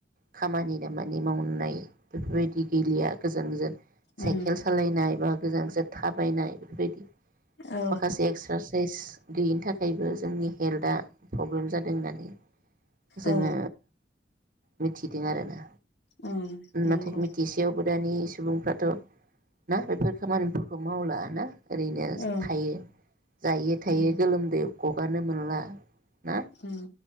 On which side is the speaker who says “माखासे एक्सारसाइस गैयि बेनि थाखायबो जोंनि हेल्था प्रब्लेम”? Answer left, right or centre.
Right